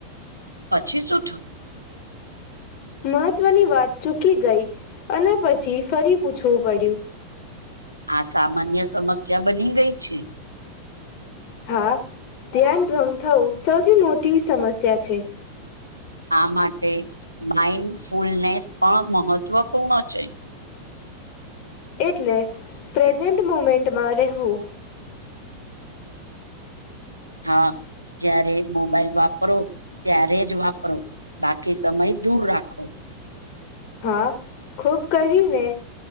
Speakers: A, on the right (about 80°); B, on the left (about 45°).
A: પછી શું થું?
B: મહત્વની વાત ચૂકી ગઈ અને પછી ફરી પૂછવું પડ્યું
A: આ સામાન્ય સમસ્યા બની ગઈ છે.
B: હા! ધ્યાન ભંગ થવું સૌથી મોટી સમસ્યા છે.
A: આ, માટે માઇન્ડ ફૂલનેસ પણ મહત્વપૂર્ણ છે.
B: એટલે પ્રેઝન્ટ મુમેન્ટમાં રહેવું
A: હા! જ્યારે મોબાઈલ વાપરો ત્યારે જ વાપરો બાકી સમય દૂર રાખો
B: હા! ખૂબ કરીને